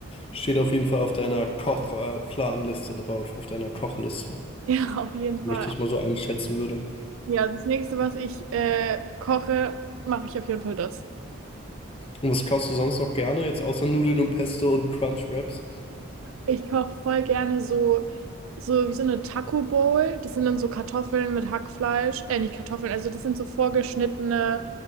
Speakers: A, on the left (about 25°); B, on the right (about 80°).
A: Steht auf jeden Fall auf deiner Koch-Planliste drauf, auf deiner Kochliste.
B: Ja, auf jeden
A: wenn
B: Fall.
A: ich das mal so einschätzen würde.
B: Ja, das nächste, was ich äh, koche, mache ich auf jeden Fall das.
A: Und was kaufst du sonst noch gerne, jetzt außer Nudeln und Pesto und Crunch Wraps?
B: Ich koche voll gerne so, so wie so eine Taco Bowl. Das sind dann so Kartoffeln mit Hackfleisch. Äh, nicht Kartoffeln, also das sind so vorgeschnittene